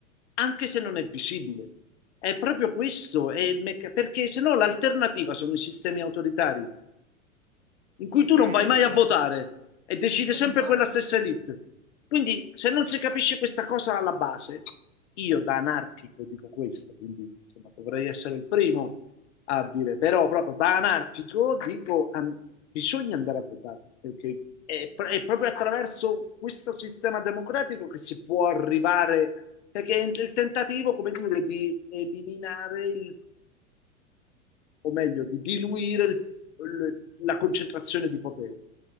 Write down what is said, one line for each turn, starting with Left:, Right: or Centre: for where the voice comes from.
Left: anche se non è visibile. È proprio questo, è il mecca- perché se no l'alternativa sono i sistemi autoritari in
Right: Perché,
Left: cui tu non vai mai a votare e decide
Right: <laughs>
Left: sempre
Right: infatti,
Left: quella stessa elite. Quindi, se non si capisce questa cosa alla base, io da anarchico dico questo, quindi insomma, dovrei essere il primo a dire, però proprio da anarchico dico an- bisogna andare a votare, perché è, pr- è proprio attraverso questo sistema democratico che si può arrivare, perché è il tentativo, come dire, di eliminare il o meglio, di diluire il- il- la concentrazione di potere